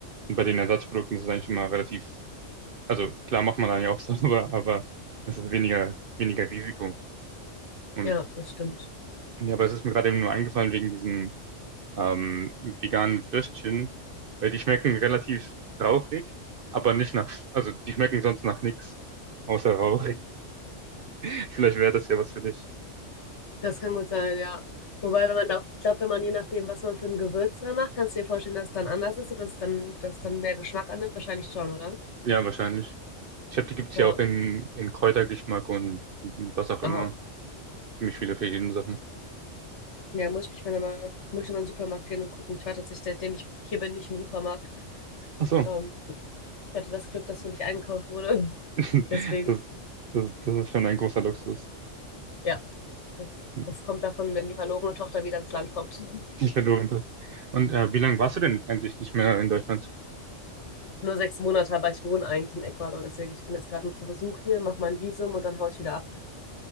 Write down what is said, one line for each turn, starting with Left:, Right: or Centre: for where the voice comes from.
Right: Und bei den Ersatzprodukten ist es eigentlich immer relativ, also klar macht man dann ja auch <laughs> sauber, aber es ist weniger, weniger Risiko. Und
Left: Ja, das stimmt.
Right: ja, aber es ist mir gerade eben nur eingefallen wegen diesen ähm, veganen Würstchen, weil die schmecken relativ rauchig, aber nicht nach, also die schmecken sonst nach nichts, außer Rauch. <laughs> Vielleicht wäre das ja was für dich.
Left: Das kann gut sein, ja. Wobei, wenn man da auch, ich glaube, wenn man je nachdem, was man für ein Gewürz dran macht, kannst du dir vorstellen, dass es dann anders ist oder dass es dann, dass es dann mehr Geschmack annimmt? Wahrscheinlich schon, oder?
Right: Ja, wahrscheinlich. Ich habe, die gibt's
Left: Ja.
Right: ja auch in, in Kräutergeschmack und was auch
Left: Aha.
Right: immer. Ziemlich viele verschiedene Sachen.
Left: Ja, muss ich mich mal, nochmal- muss ich mal in den Supermarkt gehen und gucken. Ich war tatsächlich, seitdem ich hier bin, nicht im Supermarkt.
Right: Ach so,
Left: Ähm, ich hatte das Glück, dass für mich eingekauft wurde. <laughs>
Right: <laughs>
Left: Deswegen,
Right: das, das, das ist schon ein großer Luxus,
Left: ja, das,
Right: den
Left: das kommt davon, wenn die verlorene Tochter wieder ins Land kommt. <laughs>
Right: ich verloren habe. Und äh, wie lange warst du denn eigentlich nicht mehr in Deutschland?
Left: Nur sechs Monate, aber ich wohne eigentlich in Ecuador. Deswegen, ich bin jetzt gerade nur zu Besuch hier, mache mein Visum und dann haue ich wieder ab.